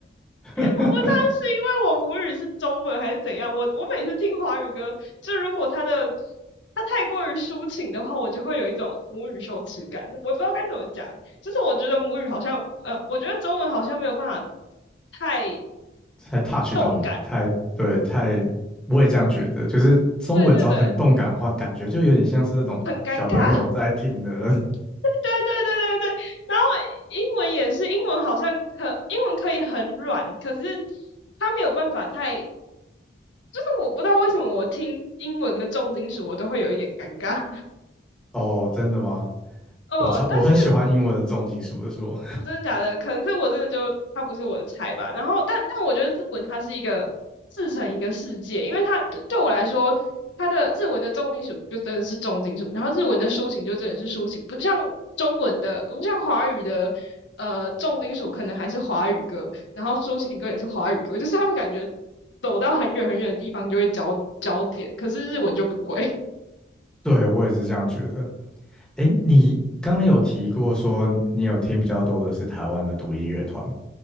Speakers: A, in the centre; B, on the left (about 80°).
A: <laughs>
B: 我不知道是因为我母语是中文还是怎样，我我每次听华语歌，就如果他的他太过于抒情的话，我就会有一种母语羞耻感，我不知道该怎么讲，就是我觉得母语好像，呃，我觉得中文好像没有办法太
A: 才 touch
B: 动感，
A: 到你，太对，太我也这样觉得，就是中文只要很动感的话，
B: 对对对，
A: 感觉就有点像是那种小朋友在听的那种。
B: 很尴尬，<laughs> 对对对对对，然后英文也是，英文好像可英文可以很软，可是它没有办法太，就是我不知道为什么我听英文的重金属我都会有一点尴尬。
A: 哦，真的吗？
B: 呃，
A: 我超我很喜欢英文的重金属的说。
B: 但是真的假的，可能是我真的就他不是我的菜吧。然后，但但我觉得日文它是一个自成一个世界，因为它对对我来说，它的日文的重金属就真的是重金属，然后日文的抒情就真的是抒情，不像中文的，不像华语的，呃，重金属可能还是华语歌，然后抒情歌也是华语歌，就是他们感觉走到很远很远的地方就会焦焦点，可是日文就不会。
A: 对，我也是这样觉得。诶，你刚刚有提过说你有听比较多的是台湾的独立乐团，